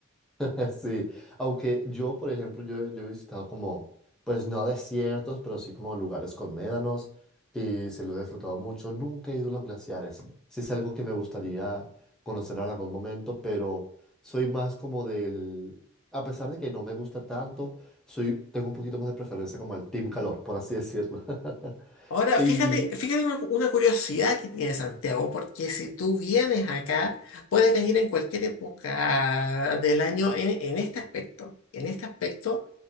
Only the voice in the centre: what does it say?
<laughs> Sí, aunque yo, por ejemplo, yo, yo he visitado como, pues no desiertos, pero sí como lugares con médanos y se lo he disfrutado mucho. Nunca he ido a los glaciares. Sí es algo que me gustaría conocer en algún momento, pero soy más como del, a pesar de que no me gusta tanto, soy, tengo un poquito más de preferencia como el team calor, por así decirlo. <laughs>
Y,